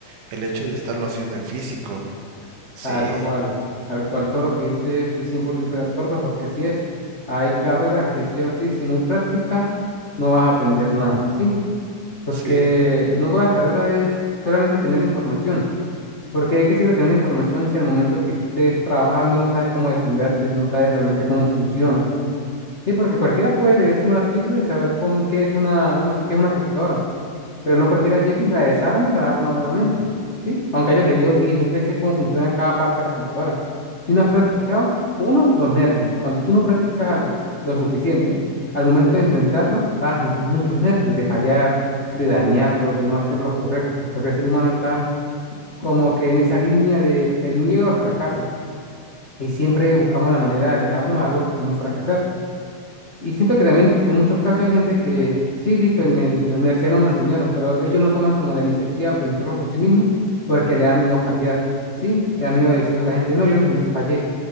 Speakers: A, on the right; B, on the left.
A: el hecho de estarlo haciendo en físico. Sí,
B: Tal cual, tal cual, todo lo que dice estoy 100% de acuerdo porque así es. Hay carreras que sí o sí, si no hay práctica, no vas a aprender nada, ¿sí? Porque
A: sí,
B: no todas las carreras es solamente tener la información. Porque de qué sirve tener la información si al momento que estés trabajando no sabes cómo defenderse, no sabes realmente cómo funciona. Sí, porque cualquiera puede leerse un artículo y saber cómo, qué es una, vamos a decir que es una computadora, pero no cualquiera llega y la desarma y se la arma nuevamente, ¿sí? Aunque hayas leído 10.000 veces cómo funciona cada parte de la computadora. Si no has practicado, uno, los nervios. Cuando tú no practicas algo lo suficiente, al momento de enfrentarlo, vas a sentir muchos nervios de fallar, de dañarlo, de no hacer lo correcto, porque el ser humano está como que en esa línea de el miedo al fracaso y siempre buscamos la manera de alejarnos de algo que podemos fracasar. Y siento que también en muchos casos hay gente que sí, listo, en el- la universidad no me lo enseñaron, pero ellos no toman como la iniciativa de aprenderlo por sí mismos porque le da miedo fallar, ¿sí? Le da miedo decir a la gente, no, yo lo intenté y fallé,